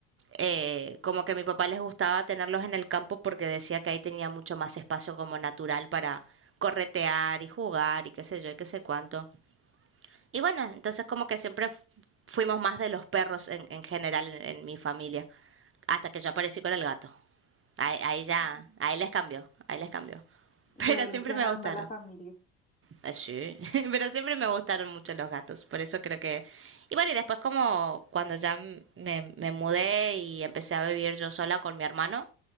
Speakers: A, on the right; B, on the left.
A: eh, como que a mi papá les gustaba tenerlos en el campo porque decía que ahí tenía mucho más espacio como natural para corretear y jugar y qué sé yo y qué sé cuánto. Y bueno, entonces como que siempre fu- fuimos más de los perros en, en general en, en mi familia, hasta que yo aparecí con el gato. Ahí, ahí ya, ahí les cambió, ahí les cambió. <laughs>
B: Revolucionando
A: Pero siempre me gustaron.
B: a la familia.
A: Así. <laughs> Pero siempre me gustaron mucho los gatos, por eso creo que... Y bueno, y después como cuando ya me, me mudé y empecé a vivir yo sola con mi hermano,